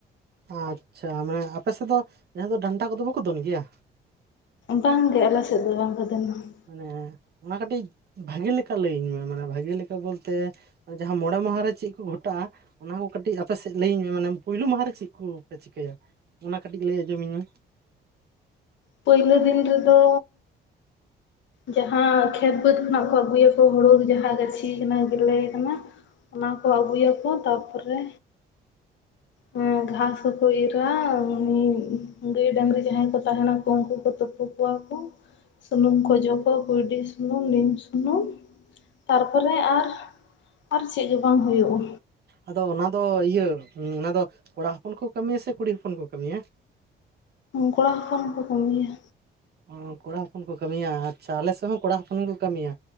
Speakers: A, on the right; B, on the left.
A: ᱟᱪᱪᱷᱟ, ᱢᱟᱱᱮ ᱟᱯᱮᱥᱮᱫ ᱫᱚ ᱡᱟᱦᱟᱸ ᱫᱚ ᱰᱟᱱᱴᱟ ᱠᱚᱫᱚ ᱵᱟᱠᱚ ᱫᱚᱱ ᱜᱮᱭᱟ?
B: ᱵᱟᱝᱜᱮ, ᱟᱞᱮ ᱥᱮᱫ ᱫᱚ ᱵᱟᱝ ᱠᱚ ᱫᱚᱱᱟ ᱾
A: ᱢᱟᱱᱮ ᱚᱱᱟ ᱠᱟᱹᱴᱤᱡ ᱵᱷᱟᱜᱮ ᱞᱮᱠᱟ ᱞᱟᱹᱭᱟᱹᱧ ᱢᱮ, ᱢᱟᱱᱮ ᱵᱷᱟᱜᱮ ᱞᱮᱠᱟ ᱵᱚᱞᱛᱮ ᱡᱟᱦᱟᱸ ᱢᱚᱬᱮ ᱢᱟᱦᱟ ᱨᱮ ᱪᱮᱫ ᱠᱚ ᱜᱷᱚᱴᱟᱜᱼᱟ ᱾ ᱚᱱᱟ ᱠᱚ ᱠᱟᱹᱴᱤᱡ ᱟᱯᱮ ᱥᱮᱫ ᱞᱟᱹᱭᱟᱹᱧ ᱢᱮ, ᱢᱟᱱᱮ ᱯᱩᱭᱞᱩ ᱢᱟᱦᱟ ᱨᱮ ᱪᱤᱠ ᱠᱩᱯᱮ ᱪᱤᱠᱟᱹᱭᱟ ᱚᱱᱟ ᱠᱟᱹᱴᱤᱡ ᱞᱟᱹᱭ ᱟᱸᱡᱚᱢᱟᱹᱧ ᱢᱮ ᱾
B: ᱯᱟᱹᱭᱞᱟᱹ ᱫᱤᱱ ᱨᱮᱫᱚ
A: <inaudible>
B: ᱡᱟᱦᱟᱸ ᱠᱷᱮᱛ ᱵᱟᱹᱫᱽ ᱠᱷᱚᱱᱟᱜ ᱠᱚ ᱟᱹᱜᱩᱭᱟᱠᱚ ᱦᱳᱲᱳ ᱡᱟᱦᱟᱸ ᱜᱟᱹᱪᱷᱤ ᱠᱟᱱᱟ ᱜᱮᱞᱮ ᱠᱟᱱᱟ ᱾ ᱚᱱᱟ ᱠᱚ ᱟᱹᱜᱩᱭᱟᱠᱚ, ᱛᱟᱯᱚ ᱨᱮ ᱦᱮᱸ ᱜᱷᱟᱥ ᱦᱚᱸᱠᱚ ᱤᱨᱟ ᱩᱱᱤ ᱜᱟᱹᱭ ᱰᱟᱝᱨᱤ ᱡᱟᱦᱟᱸᱭ ᱠᱚ ᱛᱟᱦᱮᱱᱟ᱾ ᱩᱱᱠᱩ ᱠᱚ ᱛᱩᱯᱩ ᱠᱚᱣᱟ ᱠᱚ᱾ ᱥᱩᱱᱩᱢ ᱠᱚ ᱚᱡᱚᱜ ᱟᱠᱚ ᱠᱩᱭᱰᱤ ᱥᱩᱱᱩᱢ ᱱᱤᱢ ᱥᱩᱱᱩᱢ᱾ ᱛᱟᱨ ᱯᱚᱨᱮ ᱟᱨ ᱟᱨ ᱪᱮᱜ ᱜᱮ ᱵᱟᱝ ᱦᱳᱭᱳᱜ-ᱟ᱾
A: ᱟᱫᱚ ᱚᱱᱟ ᱫᱚ ᱤᱭᱟᱹ ᱚᱱᱟ ᱫᱚ ᱠᱚᱲᱟ ᱦᱚᱯᱚᱱ ᱠᱚ ᱠᱟᱹᱢᱤᱭᱟ ᱥᱮ ᱠᱩᱲᱤ ᱦᱚᱯᱚᱱ ᱠᱚ ᱠᱟᱹᱢᱤᱭᱟ?
B: ᱠᱚᱲᱟ ᱦᱚᱯᱚᱱ ᱠᱚ ᱠᱟᱹᱢᱤᱭᱟ᱾
A: ᱚ ᱠᱚᱲᱟ ᱦᱚᱯᱚᱱ ᱠᱚ ᱠᱟᱹᱢᱤᱭᱟ, ᱟᱪᱪᱷᱟ ᱟᱞᱮ ᱥᱮ ᱦᱚᱸ ᱠᱚᱲᱟ ᱦᱚᱯᱚᱱ ᱜᱮᱠᱚ ᱠᱟᱹᱢᱤᱭᱟ᱾